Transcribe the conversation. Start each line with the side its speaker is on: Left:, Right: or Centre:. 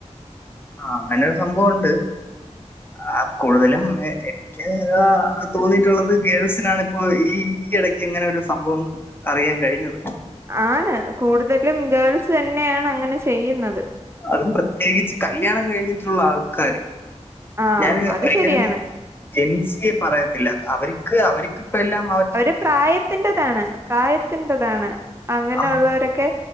Left: ആ അങ്ങനെരു സംഭവുണ്ട് ആ കൂടുതലും ക്ക് വാ തോന്നിയിട്ടുള്ളത് ഗേൾസിനാണ് ഇപ്പോ ഈ ഈ ഇടക്ക് എങ്ങനെ ഒരു സംഭവം അറിയാൻ കഴിഞ്ഞത്.
Right: ആണ് കൂടുതലും ഗേൾസ് ന്നെയാണ് അങ്ങനെ ചെയ്യുന്നത്
Left: അതും പ്രത്യേകിച്ച് കല്യാണം കഴിഞ്ഞിട്ടുള്ള ആൾക്കാര്
Right: ആഹ്
Left: ഞാന്
Right: അത്
Left: ഒരിക്കലും
Right: ശരിയാണ്
Left: ജൻസിഎ പറയത്തില്ല അവർക്ക് അവർക്ക്പ്പല്ലാം
Right: അവരെ പ്രായത്തിന്റെതാണ് പ്രായത്തിന്റതാണ് അങ്ങനെയുള്ളവരൊക്കെ
Left: ആ